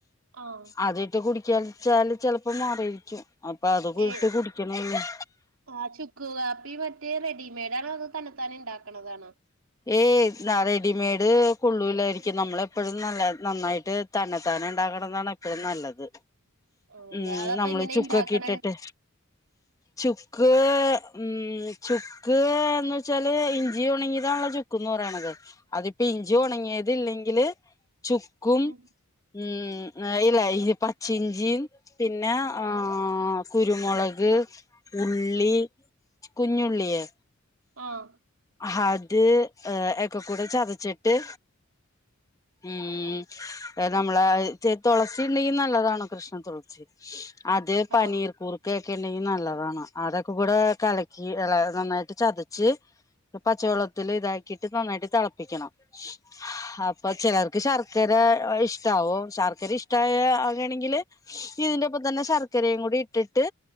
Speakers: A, on the right; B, on the left.
A: ആഹ്
B: അതിട്ട് കുടിക്കാച്ചാല് ചെലപ്പോ മാറുയിരിക്കും അപ്പ അത്
A: ഏ
B: ഇട്ട് കുടിക്കണെന്നു
A: ആഹ് ചുക്ക് കാപ്പി മറ്റേ റെഡിമെയ്ഡ് ആണോ അതോ തന്നെ താന്നെ ഉണ്ടാക്ക്ണതാണോ
B: ഏയ് ന്ന റെഡിമെയഡ് കൊള്ളൂലായിരിക്കും നമ്മള് എപ്പോഴും നല്ല നന്നായിട്ട് തന്നെത്താനെ ഇണ്ടാക്കണതാണ് എപ്പഴും നല്ലത്
A: ആണല്ലേ
B: ഉം
A: അതപ്പ
B: നമ്മള്
A: എങ്ങനെ
B: ചുക്കൊക്കെ
A: ഇണ്ടാക്കണേ
B: ഇട്ടിട്ട് ചുക്ക് ഉം ചുക്ക് ചുക്ക് എന്ന് വെച്ചാല് ഇഞ്ചി ഉണങ്ങിതാണ ചുക്കന്ന് പറയണത് അതിപ്പോ ഇഞ്ചി ഉണങ്ങിയത് ഇല്ലെങ്കില് ചുക്കും
A: ഉം
B: ഉം ഇല്ല ഈ പച്ച ഇഞ്ചിയും പിന്നെ ആഹ് കുരുമുളക് ഉള്ളി കുഞ്ഞുള്ളിയെ
A: ആഹ്
B: ഹത് ഏഹ് എക്കെക്കൂടെ ചതച്ചിട്ട് ഉം ഏഹ് നമ്മള തൊളസി ഉണ്ടെങ്കി നല്ലതാണ് കൃഷ്ണ തുളസി അത് പനീർക്കൂർ
A: ആഹ്
B: ക്കെക്കെ ഇണ്ടെങ്കി നല്ലതാണ് അതൊക്കെ കൂടെ കലക്കി അല്ല നന്നായിട്ട് ചതച്ച് ഇത് പച്ചവെള്ളത്തില് ഇതാക്കിട്ട് നന്നായിട്ട് തെളപ്പിക്കണം ഹപ്പൊ ചിലർക്ക് ശർക്കര ഇഷ്ട്ടാവും ശർക്കര ഇഷ്ട്ടായ ആകണെങ്കില് ഇതിന്റെ ഒപ്പം തന്നെ ശർക്കരയും കൂടി ഇട്ടിട്ട്